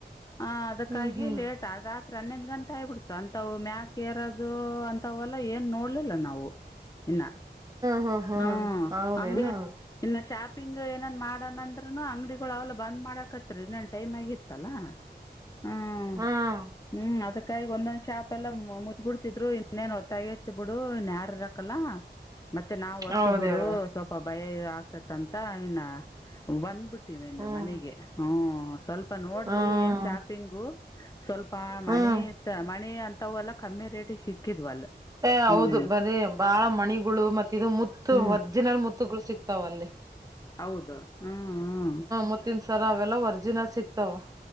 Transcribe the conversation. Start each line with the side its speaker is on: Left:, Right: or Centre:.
Left: ಹ ಅದಕ್ಕಾಗಿ
Right: ಹ್ಮ್ ಹ್ಮ್
Left: ಲೇಟ್ ಆ ರಾತ್ ಹನ್ನೊಂದು ಗಂಟ ಹ್ಬಿಡ್ತು ಅಂತವು <unintelligible> ಅಂತವಲ್ಲ ಏನ್ ನೋಡ್ಲಿಲ್ಲ ನಾವು ಇನ್ನ
Right: ಹ್ಮ್ ಹ್ಮ್ ಹ್ಮ್
Left: ಹ್ಮ
Right: ಹೌದೇನು
Left: ಹಂಗೆ ಇನ್ನು ಶಾತ್ ಪಿಂಗ್ ಏನನ್ ಮಾಡಣ ಅಂಗಡಿಗಳು ಅವಲ ಬಂದ್ ಮಾಡಕತ್ರಿ ಇನ್ನೇನು ಟೈಮ್ ಆಗಿತ್ತಲ್ಲ ಹ್ಮ್ಮ್
Right: ಹ್ಮ್
Left: ಅದಕ್ಕಾಗಿ ಒಂದೊಂದ್ ಶಾಪ್ ಲ್ಲ ಮುಚ್ ಬಿಡ್ತಿದ್ರು ಇನ್ನೇನ್ ಹೊತ್ತಾಗಿತ್ತ ಬಿಡು ಇನ್ಯಾರ ಇರಕಲ್ಲ ಮತ್ತೆ ಮತ್ತೆ ನಾವು ಹೊಸಬ್ರು
Right: ಹೌದ ಹೇಳ
Left: ಸ್ವಲ್ಪ ಭಯ ಆಗ್ತತ್ ಅಂತ ಇನ ಬಂದ್ಬಿಟ್ಟು
Right: ಹ್ಮ್
Left: ಮನೆಗೆ ಹ್ಮ ಸ್ವಲ್ಪ ನೋಡಿದ್ವಿ
Right: ಹ್ಮ್
Left: ಏನ್ ಶಾಪಿಂಗು ಸ್ವಲ್ಪ
Right: ಹ್ಮ್
Left: ಮಣಿ ಇ ಮಣಿ ಅಂತ ತವಲ್ಲ ಕಮ್ಮಿ ರೇಟಿಗೆ ಸಿಕ್ಕಿದ್ವಲ್ಲ
Right: ಅ
Left: ಹ್ಮ್
Right: ಹೌದು ಬರಿೀ ಬಾಳ ಮಣಿಗಳು ಮತ್ತ ಇದು
Left: ಹ್ಮ್
Right: ರ್ಜಿನಲ್ ಮುತ್ತುಗಳು ಸಿಕ್ತಾವಲ್ಲಿ
Left: ಹೌದು ಹ್ಮ್ ಹ್ಮ್
Right: ಮುತ್ತಿನ ಸರ ಅವೆಲ್ಲ ವರ್ಜಿನಲ್ ನ ಸಿಕ್ಕತಾವಾ